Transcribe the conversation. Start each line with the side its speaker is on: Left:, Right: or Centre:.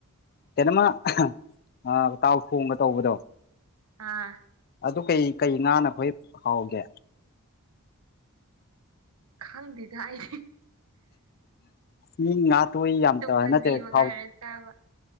Left: ꯀꯩꯅꯣꯝꯃ ꯑꯥ ꯇꯥꯎꯊꯣꯡꯒ ꯇꯧꯕꯗꯣ
Right: ꯑꯥ
Left: ꯑꯗꯣ ꯀꯩ ꯀꯩ ꯉꯥꯅ ꯈꯋꯥꯏ ꯍꯥꯎꯒꯦ
Right: ꯈꯪꯗꯦꯗ ꯑꯩ
Left: ꯃꯤ ꯉꯥꯇꯣꯏ ꯌꯥꯝꯇ
Right: ꯇꯨꯡꯍꯟꯕꯤ
Left: ꯅꯠꯇꯦ
Right: ꯃꯉꯥꯏꯔꯦ
Left: ꯊꯥꯎ
Right: ꯆꯥꯕ